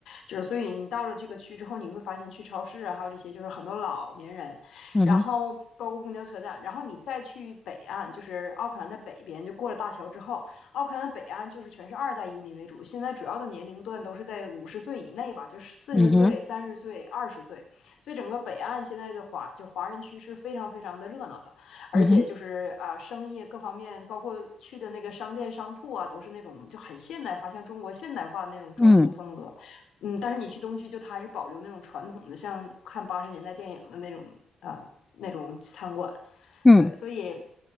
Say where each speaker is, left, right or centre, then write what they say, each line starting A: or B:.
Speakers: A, on the left (about 75°); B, on the left (about 20°).
A: 就是所以你到了这个区之后，你会发现去超市啊，还有这些就是很多老年人，
B: 嗯哼
A: 然后包括公交车站，然后你再去北岸，就是奥克兰的北边，就过了大桥之后，奥克兰的北岸就是全是二代移民为主，现在主要的年龄段都是在五十岁以内吧，就是四十岁、
B: 嗯哼
A: 三十岁、二十岁。所以整个北岸现在的华就华人区是非常非常的热闹的，而且就是啊、
B: 嗯哼
A: 呃生意各方面，包括去的那个商店商铺啊，都是那种就很现代化，像中国现代化的那种装修风格。
B: 嗯
A: 嗯，但是你去东区，就它还是保留那种传统的，像看八十年代电影的那种啊、呃那种餐馆。
B: 嗯
A: 对，所以